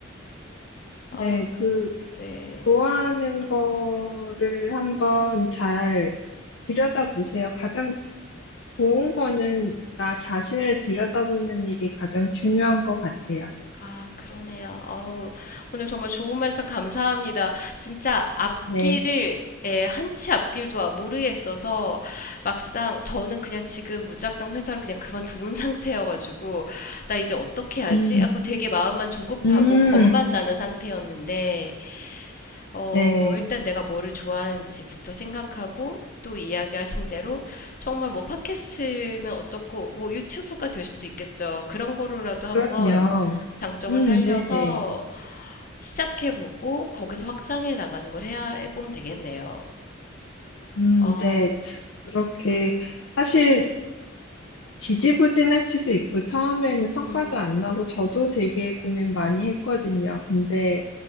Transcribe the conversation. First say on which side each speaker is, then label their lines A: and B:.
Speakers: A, on the left; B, on the left.
A: 아,
B: 네, 그
A: 네.
B: 좋아하는 거를 한번 잘 들여다보세요. 가장 좋은 거는 나 자신을 들여다보는 일이 가장 중요한 것 같아요.
A: 아 그러네요. 어우 오늘 정말 좋은 말씀 감사합니다. 진짜 앞길을
B: 네.
A: 예, 한치 앞길도 아- 모르겠어서 막상 저는 그냥 지금 무작정 회사를 그냥 그만두은 상태여가지고 나 이제 어떻게 하지?
B: 음,
A: 하고 되게 마음만 조급하고
B: 음,
A: 겁만 나는 상태였는데 어,
B: 네.
A: 일단 내가 뭐를 좋아하는지부터 생각하고 또 이야기하신 대로 정말 뭐 팟캐스트면 어떻고 뭐 유튜브가 될 수도 있겠죠. 그런 거로라도 한번
B: 그럼요.
A: 장점을
B: 음,
A: 살려서
B: 네네.
A: 시작해보고 거기서 확장해 나가는 걸 해야 해보면 되겠네요.
B: 음,
A: 어,
B: 네. 그렇게, 사실, 지지부진할 수도 있고, 처음에는 성과도
A: 음,
B: 안 나고, 저도 되게 고민 많이 했거든요. 근데,